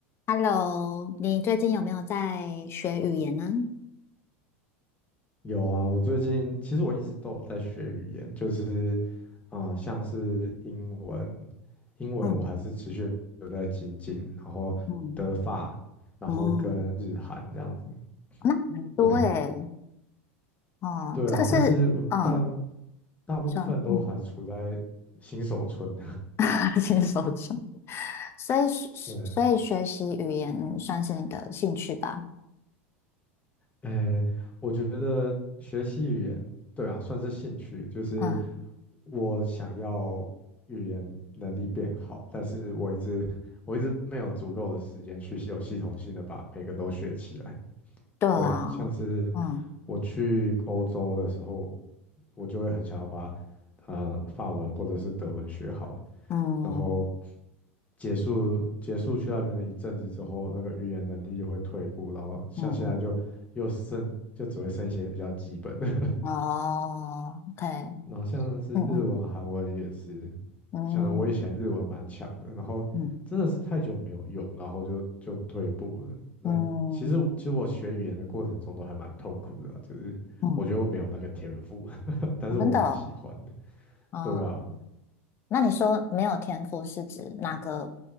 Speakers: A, on the left; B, on the left.
A: Hello，你最近有没有在学语言呢？
B: 有啊，我最近其实我一直都有在学语言，就是啊、呃像是英文，英文我还是持续有在精进，
A: 嗯
B: 然后德法，
A: 嗯
B: 然后跟日韩这样子，
A: 嗯，那很多诶，
B: 对 <laughs>
A: 哦，
B: 对啊，
A: 这个是嗯，
B: 但是我大大部分都还处在新手村，
A: 说嗯，<laughs> 新手村，所以是是所以学习语言算是你的兴趣吧？
B: <laughs> 对哎，我觉得学习语言，对啊，算是兴趣，就是
A: 嗯，
B: 我想要语言能力变好，但是我一直 <laughs> 我一直没有足够的时间去有系统性的把每个都学起来。
A: 对啊，
B: 对啊，像是
A: 嗯
B: 我去欧洲的时候，我就会很想要把呃法文或者是德文学好，
A: 嗯
B: 然后结束结束去那边的一阵子之后，那个语言能力就会退步，然后像现在就又剩就只会剩一些比较基本的，
A: 嗯嗯，哦，OK，
B: <laughs> 然后像是日文、
A: 嗯嗯
B: 韩文也是，
A: 嗯
B: 像我以前日文蛮强的，然后真的是太久没有用，
A: 嗯
B: 然后就就退步了。那其实我其实我学语言的过程中都还蛮痛苦的啊就是我觉得我没有那个天赋，
A: 嗯嗯，
B: <laughs> 但是我蛮喜欢的。
A: 我们的哦，嗯
B: 对啊，
A: 那你说没有天赋是指哪个